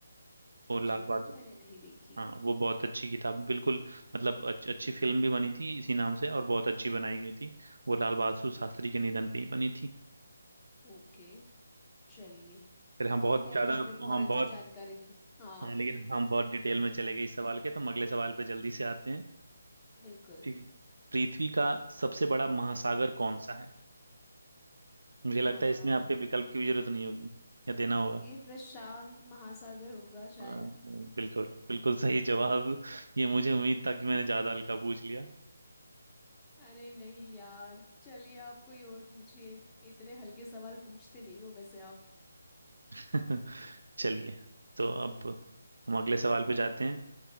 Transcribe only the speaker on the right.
और
लाल
बहादुर
हाँ वो बहुत अच्छी किताब बिल्कुल मतलब अच्छी अच्छी फिल्म भी बनी थी इसी नाम से और बहुत अच्छी बनाई गई थी वो लाल बहादुर शास्त्री के निधन पे ही बनी थी
फिर हम
बहुत
ज्यादा
हम
बहुत
हाँ लेकिन
हम बहुत डिटेल में चले गए इस सवाल के तो हम अगले सवाल पे जल्दी से आते हैं
ठीक है पृथ्वी का सबसे बड़ा महासागर कौन सा है मुझे लगता
है इसमें आपके विकल्प की भी जरूरत नहीं होगी या देना होगा
आ, बिल्कुल बिल्कुल सही जवाब ये मुझे उम्मीद था कि मैंने ज्यादा हल्का पूछ लिया
<laughs> चलिए तो अब हम अगले सवाल पे जाते हैं